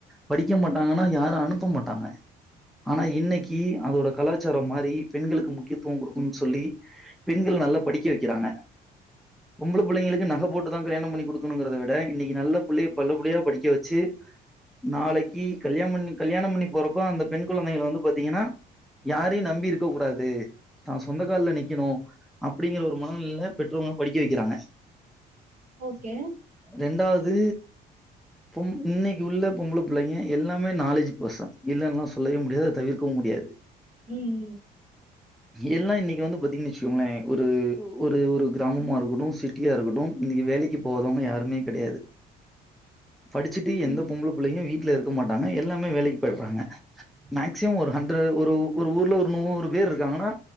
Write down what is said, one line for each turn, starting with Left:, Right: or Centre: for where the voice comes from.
Centre: படிக்க மாட்டாங்கன்னா யாரு அனுப்ப மாட்டாங்க ஆனா இன்னைக்கி அதோட கலாச்சாரம் மாரி பெண்களுக்கு முக்கியத்துவம் குடுக் குன் சொல்லி பெண்கள நல்லா படிக்க வைக்கிறாங்க பொம்பள புள்ளைங்களுக்கு நக போட்டுதா கல்யாணம் பண்ணி குடுக்கணுங்கறத விட இன்னைக்கி நல்ல புள்ளைய நல்லபடியா படிக்க வச்சி நாளைக்கி கல்யாம் பண்ணி கல்யாணம் பண்ணி போறப்ப அந்த பெண் குழந்தைங்கள வந்து பாத்தீங்கன்னா யாரையு நம்பி இருக்க கூடாது தா சொந்த கால்ல நிக்கணு அப்படிங்கிற ஒரு மனநிலைல பெற்றவுங்க படிக்க வைக்கிறாங்க
Right: ஓகே
Centre: ரெண்டாவ்து பொம் இன்னைக்கி உள்ள பொம்பள புள்ளைங்க எல்லாமே நாலேஜ் பெர்சன் இல்லன்லா சொல்லவே முடியாது அத தவிர்க்கவு முடியாது
Right: ம் ம்
Centre: எல்லா இன்னைக்கி வந்து பாத்தீங்கன்னு வச்சுக்கோங்களே ஒரு ஒரு ஒரு கிராமமா இருக்கட்டு சிட்டி யா இருக்கட்டும் இன்னைக்கி வேலைக்கு போவாதவுங்க யாருமே கடையாது படிச்சுட்டு எந்த
Right: ம்
Centre: பொம்பள புள்ளைையு வீட்ல இருக்க மாட்டாங்க எல்லாமே வேலைக்கு போயிறாங்க மேக்சிமம் ஒரு ஹண்ட்ரட் ஒரு ஒரு ஊர்ல ஒரு நூறு பேர் இருக்காங்கன்னா